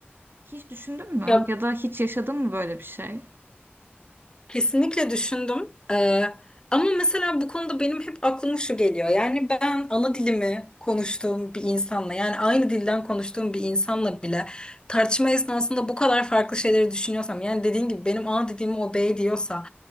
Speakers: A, on the right; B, on the left.
A: Hiç düşündün mü?
B: Ya
A: Ya da hiç yaşadın mı böyle bir şey?
B: Kesinlikle düşündüm. Ee, ama mesela bu konuda benim hep aklıma şu geliyor. Yani ben ana dilimi konuştuğum bir insanla yani aynı dilden konuştuğum bir insanla bile tartışma esnasında bu kadar farklı şeyleri düşünüyorsam yani dediğin gibi benim ana dilimi o bey diyorsa